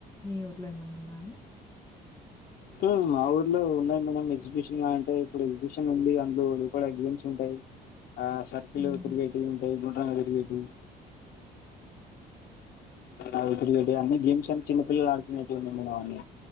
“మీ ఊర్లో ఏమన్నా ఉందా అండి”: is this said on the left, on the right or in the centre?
Left